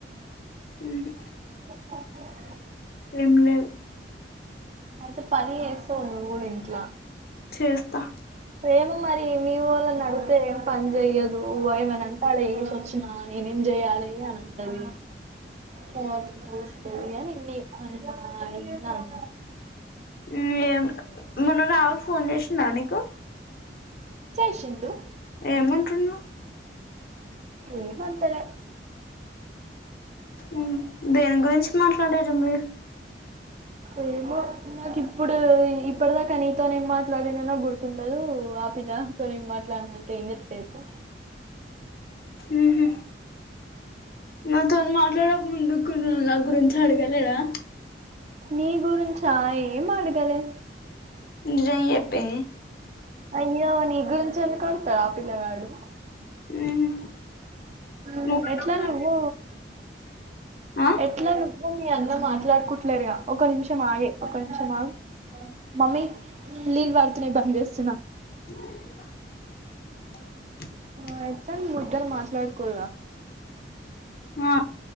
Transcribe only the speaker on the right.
<unintelligible>
అయితే పని చేస్తావ్ నువ్వ్ కూడా ఇంట్ల
ఏమో మరి మీవోల్లనడుగుతే ఏం పని చెయదు ఏమనంటే ఆడ యేసోచిన నేనేం జెయ్యాలే అని అంటది పోనోతుకు చూస్తుంది అనిన్ని అ ఇన్నాను
చేసిండు
ఎం అంటలే
ఏమో నాకు ఇప్పుడు ఇప్పటిదాకా నీతోనే ఏం మాట్లాడినానో గుర్తుండదు ఆపిలా తో ఏం మాట్లాడిన అంటే ఏం చెప్తా చెప్పు
నీ గురించా ఏం అడగలే
అయ్యో నీ గురించేందుకు అడుగుతాడు ఆ పిలగాడు
ఉమ్
ఎట్లా నువ్వు
ఎట్లా నువ్వు మీ అన్న మాట్లాడుకుట్లేరుగా ఒక నిమిషం ఆగే ఒక నిమిషం ఆగు మమ్మీ నీళ్ళు పడుతున్నాయ్ బంద్ చేస్తున్నా
ఆ ఏట్లో మీ ఇద్దరు మాట్లాడుకోరుగా